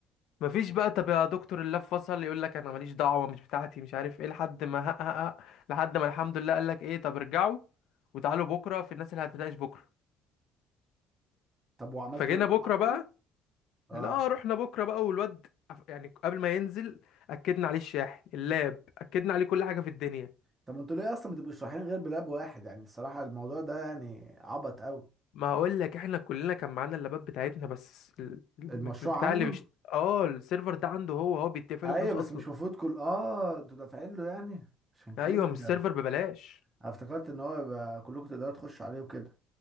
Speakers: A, on the left; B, on the right.
A: مفيش بقى طب يا دكتور اللاب فصل يقول لك انا ماليش دعوه مش بتاعتي مش عارف ايه لحد ما هق هق هق، لحد ما الحمد لله قال لك ايه طب ارجعوا وتعالوا بكره في الناس اللي هتناقش بكره
B: طب وعملتوا
A: فجينا
B: ايه
A: بكره
B: محطوا
A: بقى
B: اه
A: لا رحنا بكره بقى والواد عف- يعني قبل ما ينزل اكدنا عليه الشاحن اللاب اكدنا عليه كل حاجه في الدنيا
B: طب انتوا ليه اصلا ما تبقوش رايحين غير بلاب واحد يعني الصراحه الموضوع ده يعني عبط قوي
A: ما هقول لك احنا كلنا كان معانا اللابات بتاعتنا بس ال- الم-
B: المشروع
A: البتاع
B: عنده
A: اللي بيشت... اه السيرفر ده عنده هو هو بيدفع
B: ايوه
A: له فلوس
B: بس
A: اصلا
B: مش المفروض كل اه انتوا دافعين له يعني عشان كده
A: ايوه مش
B: انا
A: السيرفر ببلاش
B: افتكرت ان هو يبقى كلكم تقدروا تخشوا عليه وكده